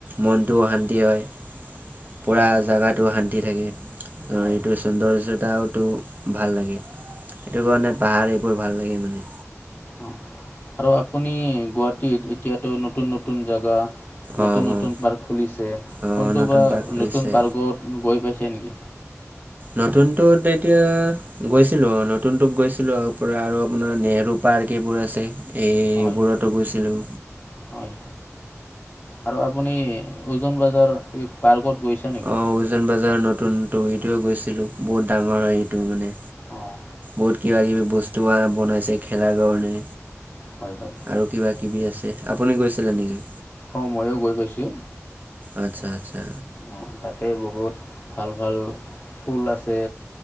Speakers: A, on the right (about 35°); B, on the left (about 35°).
A: মনটোও অ শান্তি হয়। পুৰা
B: হয়
A: জাগাটো শান্তি থাকে আৰু
B: হয়
A: এইটো সৌন্দৰ্যতা টো ভাল লাগে সেইটো
B: অঁ
A: কাৰণে পাহাৰ এইবোৰ ভাল লাগে মানে
B: অঁ আৰু আপুনি গুৱাহাটীত এতিয়াতো নতুন নতুন জেগা
A: অঁ
B: নতুন নতুন
A: অঁ
B: পাৰ্ক খুলিছে
A: অঁ
B: কোনটো
A: নতুন
B: বা
A: পাৰ্ক খুলিছে
B: নতুন পাৰ্কত গৈ পাইছে নেকি?
A: নতুনতত এতিয়া গৈছিলো নতুনতোক গৈছিলো আৰু পৰা আৰু আপোনাৰ নেহেৰু পাৰ্ক বোৰ আছে এইবোৰতো
B: হয়
A: গৈছিলোঁ
B: হয় আৰু আপুনি ওজন বজাৰ এই পাৰ্কত গৈছে নেকি
A: অঁ উজন বজাৰৰ নতুন তৰিটোৱে গৈছিলোঁ বহুত ডাঙৰ হয় এইটো মানে।
B: অঁ
A: বহুত কিবা কিবি বস্তু বনাইছে খেলাৰ কাৰণে।
B: হয় হয়
A: আৰু কিবা কিবি আছে আপুনি গৈছিলে নেকি?
B: অঁ ময়ো গৈ পাইছোঁ।
A: আচ্ছা আচ্ছা।
B: অঁ তাতে বহুত ভাল ভাল ফুল আছে।